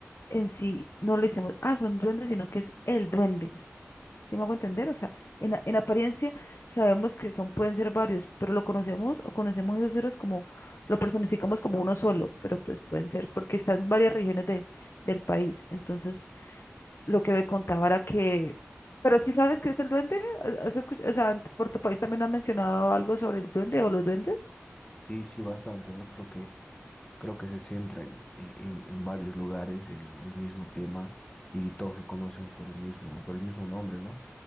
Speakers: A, on the left (about 60°); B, on the left (about 20°).
A: en sí no le decimos, ah, son duendes, sino que es el duende. ¿Sí me hago entender? O sea, en, a- en apariencia sabemos que son, pueden ser varios, pero lo conocemos o conocemos esos ceros como, lo personificamos como uno solo, pero pues pueden ser porque están en varias regiones de, del país. Entonces, lo que me contaba era que, pero sí sabes qué es el duende, ¿Has escuchado? O sea, en- por tu país también han mencionado algo sobre el duende o los duendes.
B: Sí, sí, bastante, ¿no? Creo que, creo que se centra en, en, en varios lugares el, el mismo tema y todos lo conocen por el mismo, por el mismo nombre, ¿no?